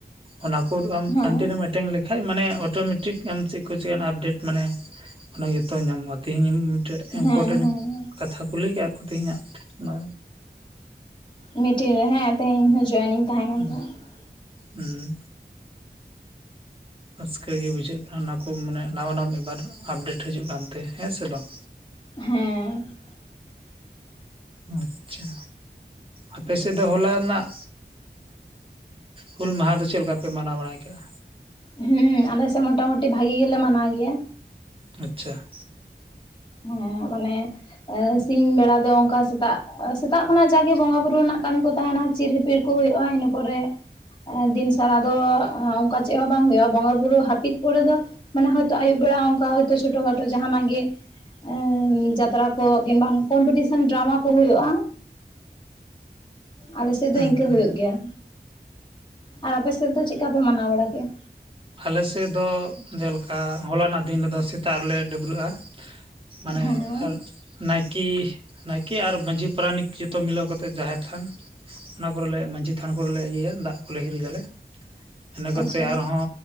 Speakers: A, on the right; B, on the left.
A: ᱚᱱᱟ ᱠᱚ ᱟᱢ
B: ᱦᱮᱸ
A: ᱠᱟᱱᱴᱤᱱᱤᱭᱩᱢ ᱮᱴᱮᱱ ᱞᱮᱠᱷᱟᱡ ᱢᱟᱱᱮ ᱚᱴᱳᱢᱮᱴᱤᱠ ᱟᱢ ᱪᱮᱫ ᱠᱚ ᱪᱮᱭᱟᱱ ᱟᱯᱰᱮᱴ ᱢᱟᱱᱮ ᱚᱱᱟ ᱡᱚᱛᱚ ᱧᱟᱢᱚᱜᱼᱟ ᱛᱮᱦᱤᱧ ᱢᱤᱫᱴᱮᱱ
B: ᱦᱮᱸ
A: ᱤᱢᱯᱚᱴᱮᱱᱴ
B: ᱦᱮᱸ
A: ᱠᱟᱛᱷᱟ ᱠᱚ ᱞᱟᱹᱭ ᱟᱠᱟᱫ ᱠᱚ ᱛᱮᱦᱮᱧᱟᱜ ᱚᱱᱟ
B: ᱢᱤᱴᱤᱝ ᱨᱮ ᱦᱮᱸ ᱛᱮᱦᱮᱧ ᱦᱚᱸ ᱡᱚᱭᱮᱱᱤᱧ ᱛᱟᱦᱮᱸ
A: ᱦᱩᱸ
B: ᱠᱟᱱ ᱛᱟᱦᱮᱸᱫ
A: ᱦᱩᱸ᱾ ᱨᱟᱹᱥᱠᱟᱹᱜ ᱜᱮ ᱵᱩᱡᱷᱟᱹᱜ ᱠᱟᱱᱟ ᱚᱱᱟ ᱠᱚ ᱢᱟᱱᱮ ᱱᱟᱣᱟ ᱱᱟᱣᱟ ᱢᱤᱫᱵᱟᱨ ᱟᱯᱰᱮᱴ ᱦᱤᱡᱩᱜ ᱠᱟᱱᱛᱮ ᱦᱮᱸ ᱥᱮ ᱵᱟᱝ?
B: ᱦᱮᱸ᱾
A: ᱟᱪᱪᱷᱟ ᱟᱯᱮ ᱥᱮᱫ ᱫᱚ ᱦᱚᱞᱟ ᱨᱮᱱᱟᱜ ᱦᱩᱞ ᱢᱟᱦᱟ ᱫᱚ ᱪᱮᱞᱠᱟ ᱯᱮ ᱢᱟᱱᱟᱣ ᱵᱟᱲᱟᱭ ᱠᱮᱜᱼᱟ?
B: ᱦᱩᱸ ᱟᱞᱮᱥᱮᱫ ᱢᱚᱴᱟ ᱢᱩᱴᱤ ᱵᱷᱟᱜᱤ ᱜᱮᱞᱮ ᱢᱟᱱᱟᱣ ᱜᱮᱭᱟ᱾
A: ᱟᱪᱪᱷᱟ᱾
B: ᱦᱮᱸ ᱢᱟᱱᱮ ᱮᱸ ᱥᱤᱧ ᱵᱮᱲᱟ ᱫᱚ ᱚᱱᱠᱟ ᱥᱮᱛᱟᱜ ᱥᱮᱛᱟᱜ ᱠᱷᱚᱱᱟᱜ ᱡᱟᱜᱮ ᱵᱚᱸᱜᱟ ᱵᱩᱨᱩ ᱨᱮᱱᱟᱜ ᱠᱟᱹᱢᱤ ᱠᱚ ᱛᱟᱦᱮᱱᱟ ᱪᱤᱨ ᱦᱤᱯᱤᱨ ᱠᱚ ᱦᱩᱭᱩᱜᱼᱟ ᱤᱱᱟᱹ ᱯᱚᱨᱮ ᱮᱸ ᱫᱤᱱ ᱥᱟᱨᱟ ᱫᱚ ᱚᱱᱠᱟ ᱪᱮᱫ ᱦᱚᱸ ᱵᱟᱝ ᱦᱩᱭᱩᱜᱼᱟ ᱵᱚᱸᱜᱟ ᱵᱩᱨᱩ ᱦᱟᱹᱯᱤᱫ ᱯᱚᱨᱮ ᱫᱚ ᱢᱟᱱᱮ ᱦᱚᱭᱛᱳ ᱟᱭᱩᱵ ᱵᱮᱲᱟ ᱚᱱᱠᱟ ᱦᱚᱭᱛᱳ ᱪᱷᱳᱴᱳ ᱠᱷᱟᱴᱳ ᱡᱟᱦᱟᱱᱟᱜ ᱜᱮ ᱮᱸ ᱡᱟᱛᱨᱟ ᱠᱚ ᱠᱤᱢᱵᱟ ᱠᱚᱢᱯᱤᱴᱤᱥᱮᱱ ᱰᱨᱟᱢᱟ ᱠᱚ ᱦᱩᱭᱩᱜᱼᱟ᱾ ᱟᱞᱮ ᱥᱮᱫ
A: ᱦᱩᱸ
B: ᱫᱚ ᱤᱱᱠᱟᱹ
A: ᱦᱩᱸ
B: ᱦᱩᱭᱩᱜ ᱜᱮᱭᱟ᱾ ᱟᱨ ᱟᱯᱮ ᱥᱮᱫ ᱫᱚ ᱪᱤᱠᱟ ᱯᱮ ᱢᱟᱱᱟᱣ ᱵᱟᱲᱟ ᱠᱮᱜᱼᱟ᱾
A: ᱟᱞᱮ ᱥᱮᱫ ᱫᱚ ᱡᱮᱞᱮᱠᱟ ᱦᱚᱞᱟᱱᱟᱜ ᱫᱤᱱ ᱨᱮᱫᱚ ᱥᱮᱛᱟᱜ ᱨᱮᱞᱮ ᱰᱟᱹᱵᱽᱨᱟᱹᱜᱼᱟ᱾ ᱢᱟᱱᱮ
B: ᱦᱮᱸ
A: ᱟᱨ ᱱᱟᱭᱤᱴ ᱠᱤ ᱱᱟᱭᱠᱮ ᱟᱨ ᱢᱟᱺᱡᱷᱤ ᱯᱟᱨᱟᱱᱤᱠ ᱡᱚᱛᱚ ᱢᱤᱞᱟᱹᱣ ᱠᱟᱛᱮ ᱡᱟᱦᱮᱨ ᱛᱷᱟᱱ ᱚᱱᱟ ᱠᱚᱨᱮᱞᱮ ᱢᱟᱺᱡᱷᱤ ᱛᱷᱟᱱ ᱠᱚᱨᱮᱞᱮ ᱤᱭᱟᱹᱭᱟ ᱫᱟᱜ ᱠᱚᱞᱮ ᱦᱤᱨᱤᱡᱟᱞᱮ ᱤᱱᱟᱹ ᱠᱟᱛᱮᱜ
B: ᱟᱪᱪᱷᱟ
A: ᱟᱨᱦᱚᱸ